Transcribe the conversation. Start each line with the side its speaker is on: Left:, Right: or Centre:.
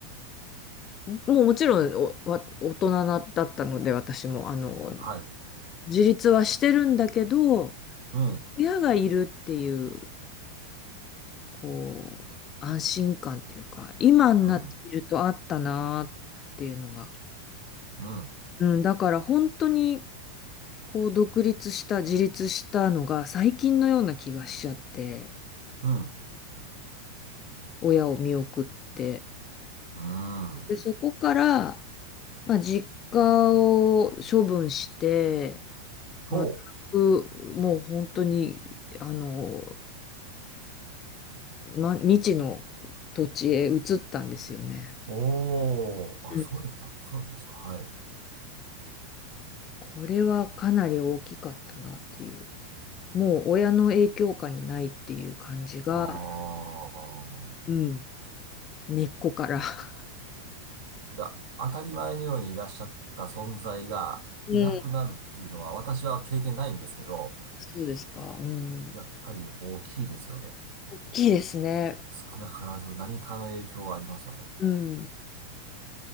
Left: もうもちろんおわ大人なだったので、私も、あの、
Right: はい。
Left: 自立はしてるんだけど、
Right: うん、
Left: 親がいるっていうこう、安心感っていうか、今になってみるとあったなっていうのが。
Right: うん、うん、
Left: うん、だから本当に、こう、独立した、自立したのが最近のような気がしちゃって、
Right: うん、
Left: 親を見送って。
Right: うん。
Left: で、そこから、まあ、実家を処分して、
Right: ほう。
Left: 全く、もう本当に、あの、ま、未知の土地へ移ったんですよね。
Right: おー。
Left: うん
Right: あ、そうでした。そうなんですか。はい。
Left: これはかなり大きかったなっていう。もう親の影響下にないっていう感じが、
Right: ああ。
Left: うん、根っこから。<laughs>
Right: いや、当たり前のようにいらっしゃった存在がいなくなるっていうのは、
Left: うん、
Right: 私は経験ないんですけど、
Left: そうですか。うん。
Right: やっぱり大きいですよね。
Left: 大きいですね。
Right: 少なからず何かの影響はありますよね。
Left: うん。